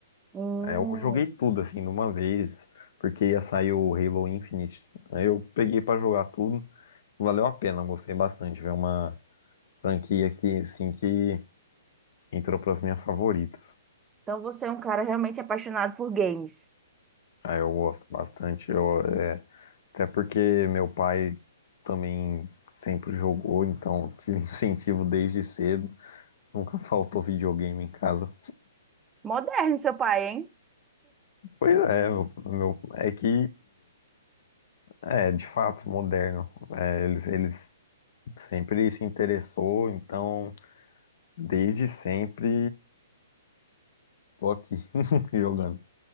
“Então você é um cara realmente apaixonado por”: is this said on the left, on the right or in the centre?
Right